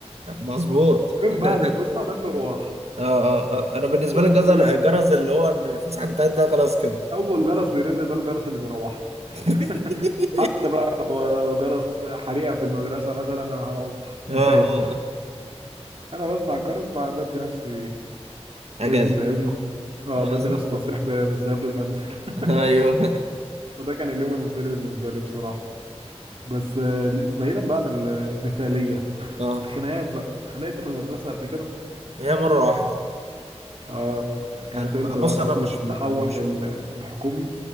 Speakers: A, on the right (about 70°); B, on the right (about 55°).
A: مظبوط
B: من
A: <laughs>
B: بعد الفسحة ده المروح
A: اه اه اه انا بالنسبه
B: روحه
A: لي جزر
B: في كل حتة
A: جرز اللي هو ان الفسحه انتهت ده خلاص كده
B: أول جرس بيرن ده الجرس اللي بيروحني
A: <laughs>
B: <laughs> حتى بقى لو جرس حريقة في المدرسة مثلا أنا هروح
A: اه
B: انتهت
A: اه آه.
B: <laughs> أنا بسمع الجرس بقى بدي نفسي
A: اجازه
B: إذن إذن اه
A: انا
B: بدي
A: عايز
B: نفسي
A: نخرج
B: تصريح ب- بالذهاب للمنزل
A: <laughs>
B: <laughs>
A: ايوه
B: فده كان اليوم المثالي بالنسبة لي بصراحة بس آه، بعيدا بقى عن ال- المثالية
A: اه
B: الخناقات بقى اتخانقت في المدرسة قبل كده
A: هي مره واحده
B: اه كانت
A: انا
B: امتى
A: بص
B: بقى فترة
A: انا مش
B: التحول
A: انا مش
B: لل- للحكومي